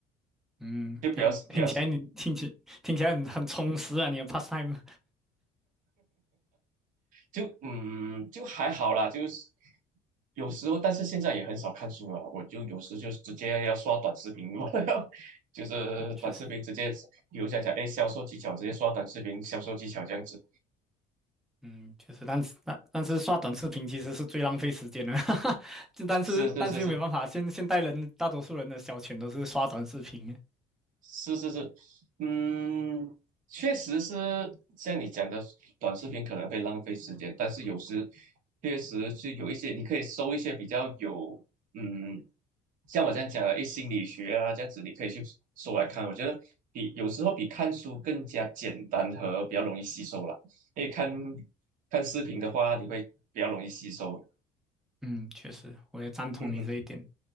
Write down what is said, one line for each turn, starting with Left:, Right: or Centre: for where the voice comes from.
Centre: 嗯，
Right: 就比较比较
Centre: 这样听起来你听起听起来很很充实啊，你的 pastime。
Right: 就嗯，就还好啦，就是有时候，但是现在也很少看书了。我就有时就直接要刷短视频，<laughs> 我要就是短视频直接，
Centre: <laughs> 确实，
Right: 比如讲讲，哎，销售技巧，直接刷短视频销售技巧这样子。
Centre: 嗯，确实，但是但但是刷短视频其实是最浪费时间的，<laughs> 哈哈。就但是但是又没办法，
Right: 是是是是，
Centre: 现现代人大多数人的消遣都是刷短视频。
Right: 是是是，嗯，确实是像你讲的，短视频可能会浪费时间，但是有时确实是有一些，你可以搜一些比较有，嗯，像我这样讲的，一心理学啊，这样子你可以去搜来看。我觉得比有时候比看书更加简单和比较容易吸收了，因为看看视频的话，你会比较容易吸收。
Centre: 嗯，确实，我也赞同你这一点，
Right: 嗯哼，